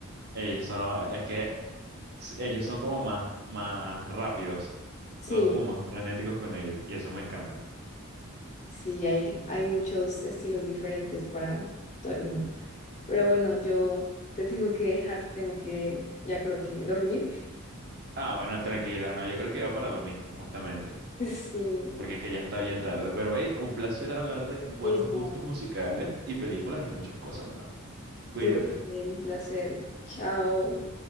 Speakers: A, on the right (about 50°); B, on the left (about 35°).
A: Ellos son, eh, es que s- ellos son como más, más rápidos.
B: Sí,
A: Todos como más frenéticos con ellos. Y eso me encanta.
B: sí, hay, hay muchos estilos diferentes para todo el mundo. Pero bueno, yo te tengo que dejar, tengo que, ya creo que dormir.
A: Ah, bueno, tranquila. No, yo creo que va para lo mismo, justamente.
B: <laughs> Sí,
A: Porque es que ya está bien tarde. Pero hey, un placer hablar de buenos
B: mismo.
A: gustos musicales y películas y muchas cosas más. Cuídate.
B: Tú también, placer. Chao.